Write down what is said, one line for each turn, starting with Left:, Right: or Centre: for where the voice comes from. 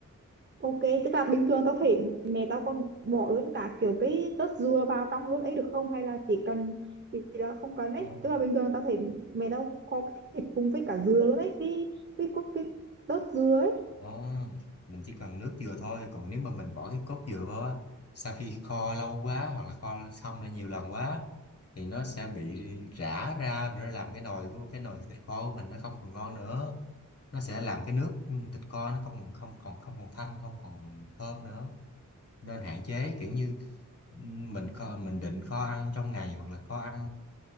Right: Ok, tức là bình thường tao thấy mẹ tao còn bỏ luôn cả kiểu cái tớt dừa vào trong luôn ấy được không? Hay là chỉ cần thì là không cần ấy.
Left: Ờ,
Right: Tức là bình thường tao thấy mẹ tao kho cái thịt cùng với cả dừa luôn ấy, cái cái cốt cái tớt dừa ấy.
Left: Ồ, mình chỉ cần nước dừa thôi còn nếu mà mình bỏ cái cốt dừa vào á sau khi kho lâu quá hoặc là kho xong ra nhiều lần quá thì nó sẽ bị rã ra để làm cái nồi của cái nồi thịt kho của mình nó không còn ngon nữa nó sẽ làm cái nước ừ, thịt kho nó không không còn không còn thanh không còn thơm nữa nên hạn chế kiểu như ừm, mình kho, mình định kho ăn trong ngày hoặc là kho ăn